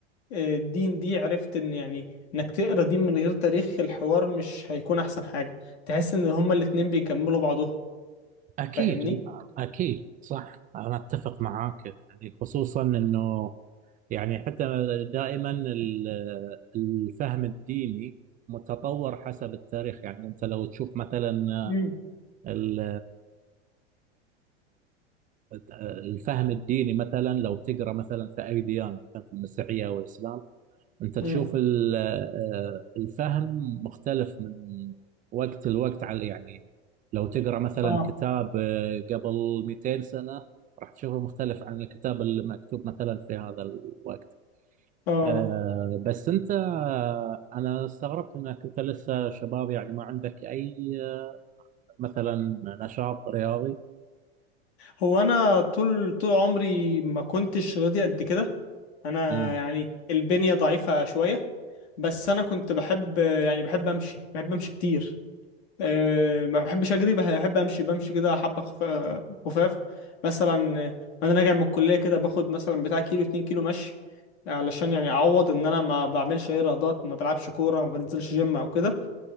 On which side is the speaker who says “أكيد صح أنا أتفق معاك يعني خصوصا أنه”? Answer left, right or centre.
Right